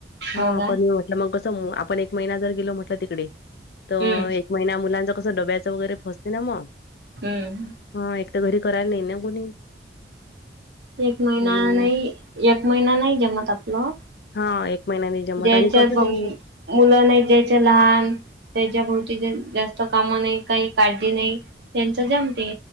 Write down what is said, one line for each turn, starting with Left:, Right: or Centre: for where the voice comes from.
Left: हा
Right: हो का
Left: पण मी म्हटलं मग कसं आपण एक महिना जर गेलो म्हटल तिकडे तर
Right: हम्म
Left: एक महिना मुलांच कसं डब्याचं वगैरे फसते ना मग.
Right: हम्म
Left: हा एक तर घरी करायला नाही ना कोणी.
Right: एक महिना
Left: आणि
Right: नाही, एक महिना नाही जमत आपलं.
Left: हा एक महिन्याने जमत
Right: ज्याच्या
Left: आणि कसं ते
Right: मुलं नाही द्यायच्या लहान. त्याच्या भावती जास्त कामं नाही काही काळजी नाही, त्यांच जमते.